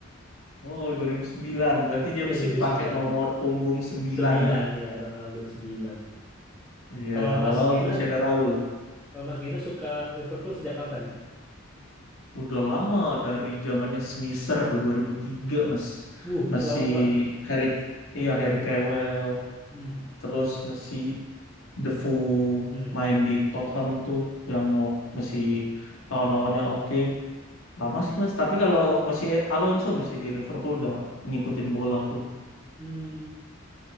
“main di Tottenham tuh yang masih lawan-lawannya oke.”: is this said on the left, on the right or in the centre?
Left